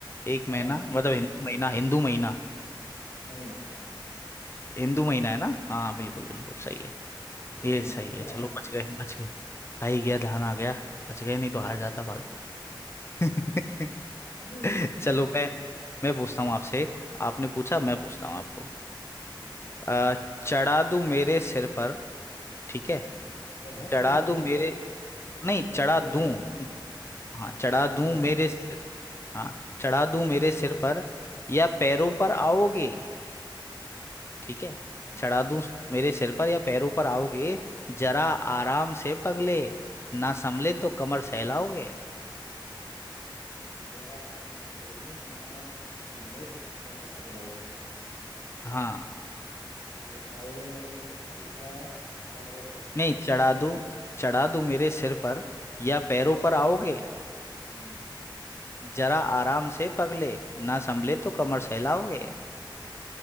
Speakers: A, on the left (about 30°); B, on the left (about 85°).
A: एक
B: हाँ
A: महीना मतलब हिंदू महीना हिंदू महीना
B: महीना महीना
A: हिंदू महीना है ना हाँ बिल्कुल
B: हम्म,
A: बिल्कुल सही है ये
B: महीना
A: सही
B: पखवाड़ा
A: है चलो बच गए बच गए आ ही
B: हम्म
A: गया ध्यान आ गया बच गए नहीं
B: आ
A: तो
B: गया
A: हार जाता
B: ध्यान आ गया।
A: फालतू
B: <laughs>
A: <laughs>
B: हम्म,
A: चलो मैं मैं पूछता हूँ आपसे एक आपने पूछा मैं पूछता हूँ आपको
B: ठीक है
A: अ, चढ़ा दूं मेरे सिर पर ठीक है
B: हम्म चढ़ा
A: चढ़ा
B: तू मेरे
A: दूं मेरे
B: से अच्छा
A: नहीं
B: चढ़ा
A: चढ़ा
B: दो
A: दूं
B: मेरे सिर
A: दूं हाँ
B: अच्छा
A: चढ़ा
B: चढ़ा
A: दूं
B: दूं
A: मेरे सिर हाँ चढ़ा दूं मेरे
B: हम्म,
A: सिर पर या पैरों पर आओगे ठीक है
B: अच्छा
A: चढ़ा दूं मेरे सिर पर या पैरों पर आओगे जरा
B: हम्म,
A: आराम से पगले ना संभले
B: हम्म,
A: तो कमर सहलाओगे
B: जरा आराम से पगले ना संभले तो कमर सहलाओगे
A: हाँ
B: या आओगे मेरे सर पर या पैरों पर
A: नहीं चढ़ा दूं चढ़ा दूं मेरे
B: हम्म,
A: सिर पर या पैरों पर आओगे
B: हम्म,
A: जरा आराम से पगले ना संभले तो कमर सहलाओगे